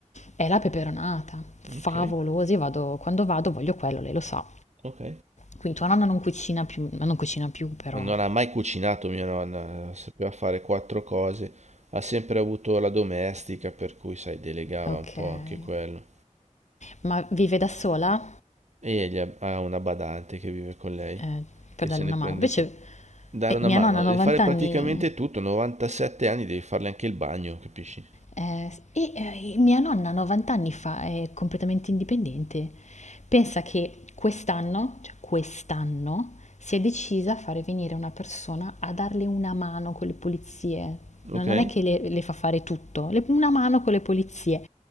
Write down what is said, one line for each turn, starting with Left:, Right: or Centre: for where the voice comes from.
Left: è la peperonata. Favolosa,
Right: Ok,
Left: io vado, quando vado voglio quello, lei lo sa.
Right: ok.
Left: Quindi tua nonna non cucina più, ma non cucina più, però
Right: Non ha mai cucinato mia nonna, sapeva fare quattro cose, ha sempre avuto la domestica, per cui, sai, delegava
Left: Okay.
Right: un po' anche quello.
Left: Ma vive da sola?
Right: E egli ha ha una badante che vive con lei,
Left: Ehm,
Right: che
Left: per darle
Right: se ne
Left: una
Right: prende
Left: mano. Invece,
Right: cura. Dare
Left: eh,
Right: una
Left: mia
Right: mano,
Left: nonna ha
Right: e
Left: 90
Right: fare praticamente
Left: anni,
Right: tutto, 97 anni devi farle anche il bagno, capisci?
Left: eh, s e, ehm, mia nonna 90 anni fa è completamente indipendente. Pensa che quest'anno, cioè quest'anno, si è decisa a fare venire una persona a darle una mano con le pulizie.
Right: Ok?
Left: No non è che le le fa fare tutto, le una mano con le pulizie.